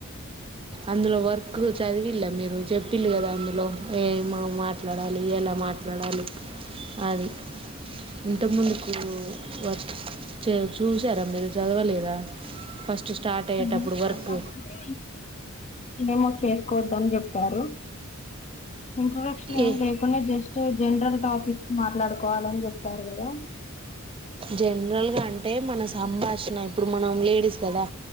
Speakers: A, on the right; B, on the left.
A: అందులో వర్క్ చదివిల్లా మీరు చెప్పిల్లు కదా అందులో ఏమ మాట్లాడాలి ఎలా మాట్లాడాలి అది ఇంత ముందుకు వర్క్ చూసారా మీరు చదవలేదా ఫష్ స్టార్ అయ్యేటప్పుడు
B: అది కాకపోతే
A: వర్క్
B: ఏమో చేసుకోద్దని చెప్పారు ఇంట్రొడక్షన్ ఏం
A: ఏ
B: లేకుండా జస్ట్ జనరల్ టాపిక్స్ మాట్లాడుకోవాలని చెప్తారు కదా
A: జనరల్గా అంటే మన సంభాషణ ఇప్పుడు మనం లేడీస్ కదా